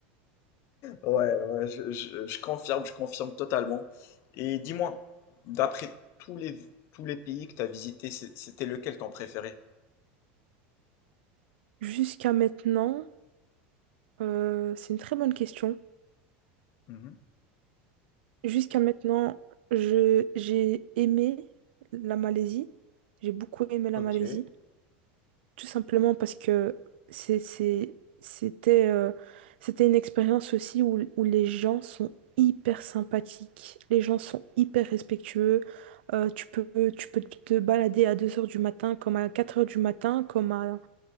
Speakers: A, on the left; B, on the right.
A: Ouais, ouais, je, je- je confirme, je confirme totalement. Et dis-moi, d'après tous les, tous les pays que tu as visités, c'est- c'était lequel ton préféré?
B: Jusqu'à maintenant, euh, c'est une très bonne question.
A: Mhm.
B: Jusqu'à maintenant, je, j'ai aimé la Malaisie. J'ai beaucoup aimé la
A: Ok.
B: Malaisie.
A: Ouais,
B: Tout simplement parce que c'est, c'est- c'était, euh, c'était une expérience aussi où, où les gens sont hyper sympathiques, les gens sont hyper respectueux. Euh, tu peux, tu peux te balader à deux heures du matin, comme à quatre heures du matin, comme à,